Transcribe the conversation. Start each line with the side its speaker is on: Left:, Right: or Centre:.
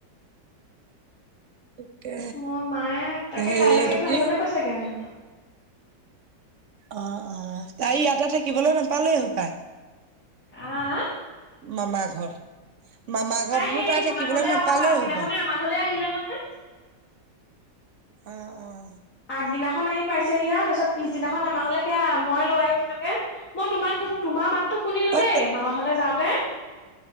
Right: তাকে
Left: ময় মায়ে তাকে
Right: হেৰি
Left: কাইলেকে
Right: এইটো
Left: থৈ
Right: কি
Left: আহিবলে কৈছেগে আৰু ইিহঁতক।
Right: অঁ অঁ তাই ইয়াতে থাকিবলৈ নাপালেই হ-
Left: আঁহ'
Right: মামা ঘৰ- মামা ঘৰত বোলো
Left: সেই
Right: তাই
Left: মামা
Right: থাকিবলে
Left: ঘৰলে
Right: নাপালেই
Left: অহা পাছদিনাখনে
Right: হপাই।
Left: আমাৰ ঘৰলে আহিলে নহয়
Right: অঁ অঁ'
Left: আগদিনাখন আহি পাইছেহি আৰু তাৰ পিছত পিছনাখন- আমাঘলে সেয়া মই লৈ আহিলোগে মই তোমা তোমা মাত- তো শুনিলো
Right: অ
Left: দেই মামা ঘলে যাওঁতে।